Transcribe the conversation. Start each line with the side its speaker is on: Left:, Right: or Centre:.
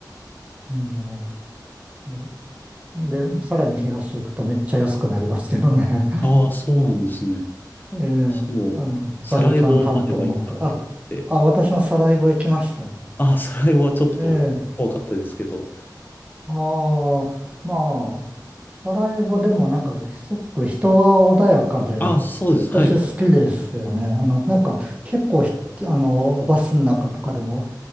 Right: うんねで、さらに東行くとめっちゃ安くなりますけどね。
Left: ああ、そうなんですね。
Right: ええ。
Left: 私も、
Right: あの、
Left: サラエボまでは行ったことあって、
Right: バルカン半島の方とか。あ、あ、私もサラエボ行きましたよ。
Left: ああ、サラエボはちょっと怖かったですけど、
Right: ええ。ああ、まあ、サラエボでもなんかすごく人が穏やかで、
Left: ああ、そうです。
Right: 私好きですよね。
Left: はい。
Right: あの、なんか結構ひ、あの、バスの中とかでも、